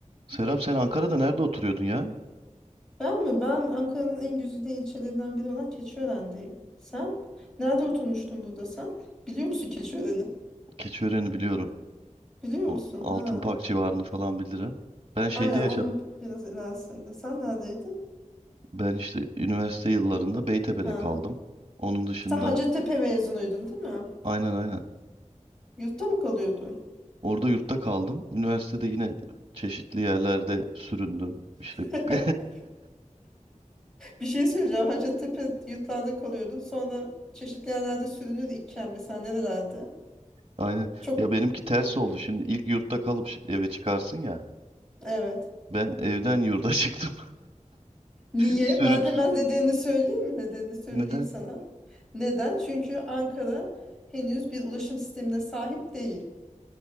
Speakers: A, on the right; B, in the centre.
A: Serap sen Ankara'da nerede oturuyordun ya?
B: Ben mi? Ben Ankara'nın en güzide ilçelerinden biri olan Keçiören'deyim. Sen? Nerede oturmuştun burada sen? Biliyor musun Keçiören'i?
A: Keçiören'i biliyorum.
B: Biliyor musun?
A: O Altınpark
B: Ha.
A: civarını falan bilirim. Ben şeyde
B: Aynen
A: yaşadım.
B: onun biraz ilerisinde. Sen neredeydin?
A: Ben işte üniversite yıllarında Beytepe'de
B: Ha.
A: kaldım. Onun dışında
B: Sen Hacettepe mezunuydun değil mi?
A: aynen aynen.
B: Yurtta mı kalıyordun?
A: Orada yurtta kaldım. Üniversitede yine çeşitli yerlerde süründüm. İşte
B: <laughs>
A: <laughs>
B: Bir şey söyleyeceğim. Hacettepe yurtlarda kalıyordun. Sonra çeşitli yerlerde sürünür iken mesela nerelerde?
A: aynen.
B: Çok
A: Ya benimki ters oldu.
B: Hı.
A: Şimdi ilk yurtta kalıp şi- eve çıkarsın ya.
B: Evet.
A: Ben evden yurda <laughs> çıktım.
B: Niye?
A: Sürün
B: Ben hemen nedenini söyleyeyim mi? Nedenini söyleyeyim
A: neden?
B: sana. Neden? Çünkü Ankara henüz bir ulaşım sistemine sahip değil.